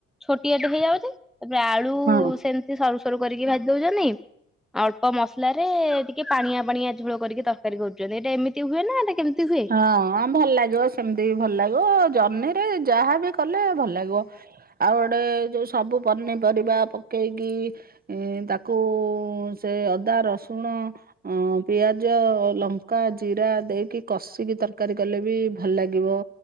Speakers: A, in the centre; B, on the right (about 25°).
A: ଛୋଟିଆଟେ ହେଇଯାଉଛି ତାପରେ ଆଳୁ
B: ହଁ
A: ସେମିତି ସରୁ ସରୁ କରିକି ଭାଜି ଦଉଛନ୍ତି। ଅଳ୍ପ ମସଲାରେ ଟିକେ ପାଣିଆ ପାଣିଆ ଝୋଳ କରିକି ତର୍କାରୀ କରୁଛନ୍ତି ଏଇଟା ଏମିତି ହୁଏ ନା ଏଟା କେମିତି ହୁଏ?
B: ହଁ ଭଲ୍ ଲାଗିବ ସେମିତି ବି ଭଲ୍ ଲାଗିବ ଜହ୍ନି ରେ ଯାହାବି କଲେ ଭଲ୍ ଲାଗିବ। ଆଉ ଗୋଟେ ଯଉ ସବୁ ପନିପରିବା ପକେଇକି ଏଁ ତାକୁ ସେ ଅଦା ରସୁଣ ଅଁ ପିଆଜ, ଲଙ୍କା, ଜିରା, ଦେଇକି କଷିକି ତର୍କାରୀ କଲେ ବି ଭଲ୍ ଲାଗିବ।